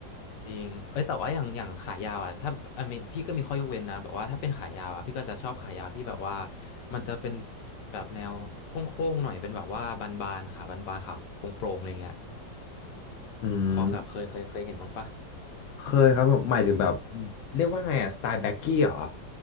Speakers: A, on the left; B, on the left.
A: จริงเอ้ยแต่ว่าอย่างอย่างขายาวอ่ะถ้าอันนี้พี่ก็มีข้อยกเว้นนะแบบว่าถ้าเป็นขายาวอ่ะพี่ก็จะชอบขายาวที่แบบว่ามันจะเป็นแบบแนวโค้งๆหน่อยเป็นแบบว่าบานๆขาบานๆขาโปร่งๆอะไรเงี้ย
B: อืม
A: พอแบบเคยเคยเคยเห็นบ้างปะ
B: เคยครับผมหมายถึงแบบเรียกว่าไงอะสไตล์แบ็กกี้เหรอ